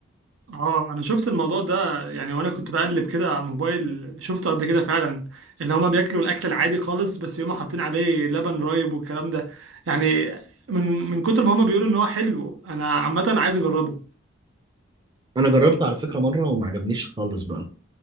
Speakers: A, on the right; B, on the right.
A: اه انا شفت الموضوع ده يعني وانا كنت بقلب كده على الموبايل شفته قبل كده فعلا اللي هما بياكلوا الاكل العادي خالص بس يقوموا حاطين عليه لبن رايب والكلام ده يعني من من كتر ما هما بيقولوا ان هو حلو انا عامه عايز اجربه
B: انا جربت على فكره مره وما عجبنيش خالص بقى